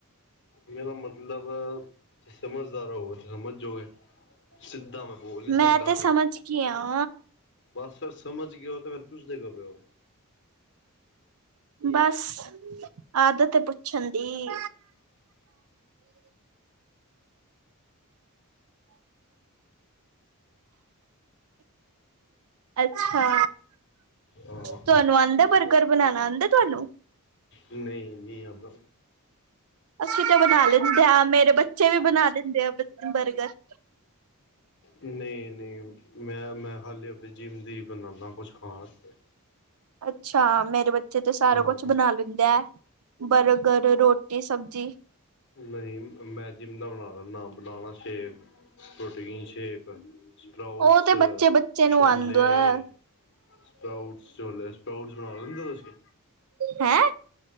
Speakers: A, on the left; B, on the right.
A: ਮੇਰਾ ਮਤਲਬ ਸਮਝਦਾਰ ਹੋਵੋਗੇ ਤੇ ਸਮਝ ਜੋਗੇ। ਸਿੱਧਾ ਮੈਂ ਬੋਲ ਨੀ ਸਕਦਾ,
B: ਮੈਂ ਤੇ
A: ਟਰ
B: ਸਮਝ ਗੀ ਆ
A: ਬਸ ਫਿਰ ਸਮਝਗੇ ਓ ਤੇ ਫਿਰ ਪੁਛਦੇ ਕਿਉਂ ਪੇ ਓ।
B: ਬਸ ਆਦਤ ਪੁੱਛਣ ਦੀ। ਅੱਛਾ,
A: ਹਾਂ
B: ਤੁਆਨੂੰ ਆਂਦਾ ਬਰ ਕੁੱਕਰ ਬਣਾਣਾ ਆਂਦਾ ਤੁਆਨੂੰ।
A: ਨਈਂ, ਨਈਂ ਆਂਦਾ।
B: ਅਸੀਂ ਤੇ ਬਣਾ ਲੈਂਦੇ ਆ, ਮੇਰੇ ਬੱਚੇ ਵੀ ਬਣਾ ਲੈਂਦੇ ਆ ਬਰ ਬਰਗਰ।
A: ਨਈਂ ਨਈਂ, ਮੈਂ ਮੈਂ ਖਾਲੀ ਆਪਣੀ ਜਿਮ ਦੀ ਬਣਾਣਾ ਕੁਛ ਖਾਣ ਆਸਤੇ।
B: ਅੱਛਾ ਮੇਰੇ ਬੱਚੇ ਤੇ ਸਾਰਾ
A: ਹਾਂ
B: ਕੁਛ
A: ਹਾਂ
B: ਬਣਾ ਲ ਦਾ ਬਰਗਰ, ਰੋਟੀ, ਸਬਜ਼ੀ।
A: ਨਈਂ ਮੈਂ ਜਿਮ ਦਾ ਬਣਾ ਲੈਂਣਾ, ਬਣਾਣਾ ਸ਼ੇਕ। ਪ੍ਰੋਟੀਨ ਸ਼ੇਕ, ਸਪਰਾਊਟਸ,
B: ਉਹ ਤੇ ਬੱਚੇ ਬੱਚੇ ਨੂੰ
A: ਛੋਲੇ।
B: ਆਉਂਦਾ
A: ਸਪਰਾਉਟਸ ਛੋਲੇ, ਸਪਰਾਉਟਸ ਬਣਾ ਲੈਂਦੇ ਤੁਸੀਂ?
B: ਹੈਂ?